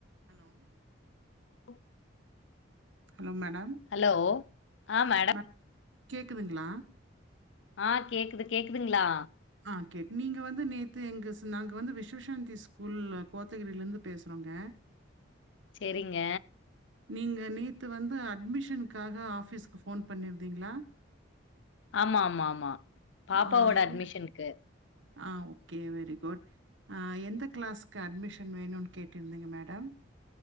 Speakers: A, on the right; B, on the left.
A: Hello
B: ஓ
A: hello madam
B: hello ஆ மே
A: ma'am கேக்குதுங்களா
B: ஆ கேக்குது கேக்குதுங்களா
A: ஆ கேக் நீங்க வந்து நேத்து எங்க நாங்க வந்து விஸ்வசாந்தி ஸ்கூல்ல கோத்தகிரிலருந்து பேசுறோங்க
B: செரிங்க
A: நீங்க நேத்து வந்து அட்மிஷனுக்காக ஆஃபீஸ்க்கு ஃபோன் பண்ணிருந்தீங்களா
B: ஆமா ஆமா ஆமா பாப்பாவோட
A: ஆ இல்ல
B: அட்மிஷனுக்கு
A: ஆ ஓகே வெரி குட் ஆ எந்த கிளாஸ்க்கு அட்மிஷன் வேணுன்னு கேட்டிருந்தீங்க madam